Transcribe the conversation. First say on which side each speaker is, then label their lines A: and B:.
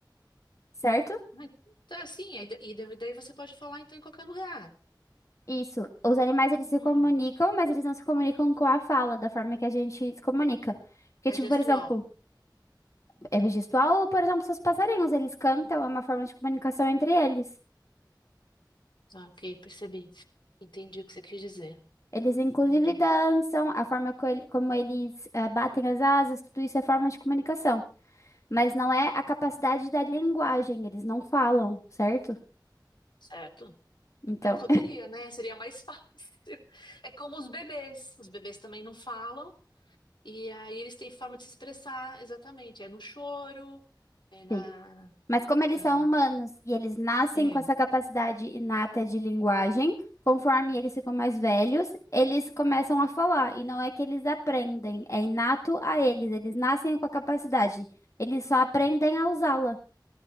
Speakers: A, on the left; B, on the left.
A: certo?
B: Ai, tá, sim. aí da- E da- daí você pode falar então em qualquer lugar.
A: Isso. Os animais, eles
B: Hum.
A: se comunicam, mas eles não se comunicam com a fala, da forma que a gente se comunica. Porque, tipo,
B: É gestual.
A: por exemplo, é gestual, ou, por exemplo, seus passarinhos, eles cantam, é uma forma de comunicação entre eles.
B: Ah, ok, percebi. Entendi o que você quis dizer.
A: Eles, inclusive,
B: Entendi.
A: dançam, a forma co- ele- como eles eh, batem as asas, tudo isso é forma de comunicação. Mas não é a capacidade da linguagem, eles não falam, certo?
B: Certo?
A: Então,
B: Poderia, né? Seria mais <laughs> fácil. É como os bebês. Os bebês também não falam. E aí eles têm forma de se expressar, exatamente. É no choro, é na.
A: <laughs> Mas como eles
B: Ah,
A: são humanos e eles nascem
B: hum.
A: com essa capacidade inata de linguagem, conforme eles ficam mais velhos, eles começam a falar. E não é que eles aprendem, é inato a eles. Eles nascem com a capacidade. Eles só aprendem a usá-la.